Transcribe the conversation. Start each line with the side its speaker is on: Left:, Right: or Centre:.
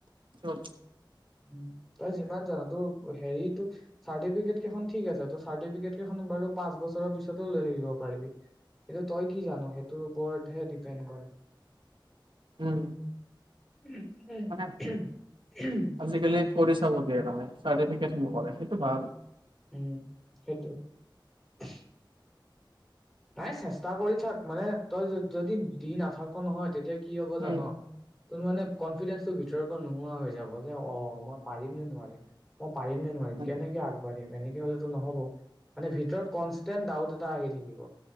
Right: অ
Centre: উম তই যিমান জান তো হেৰিত চাৰ্টিফিকেট কেই ঠিক আছে চাৰটিফিকট কেইখন বাৰু পাঁচ বছৰৰ পিছত লৈ থাকিব পাৰিবি সটো তই কি জানো সেইটো টো ওপৰতহে ডিপেণ্ড কৰে
Right: উম
Centre: উ উ হয়
Right: মানে
Centre: হয় উম
Right: আজিকালি কৰি চাব দিয়ে তানে চাৰ্টিফিকেশন নক সেইটো ভাল
Centre: উম সেইটোৱ চি নাই চেষ্টা কৰি থাক মানে তই য যদি দি নাথাক নহয় তেতিয়া কি হ'ব জান
Right: উম,
Centre: তোৰ মানে কনফিডেন্ঞ্চটো ভিতৰৰ পৰা নোহোৱা হৈ যাব যে অ মই পাৰিম নে নোৱাৰিম মই পাৰিম নে নোৱাৰিম
Right: উম।
Centre: কেনেকে আগবাঢ়িম এনেকে হলেতো নহব মানে ভিতৰত কনষ্টেন্ট ডাউট এটা আহি থাকিব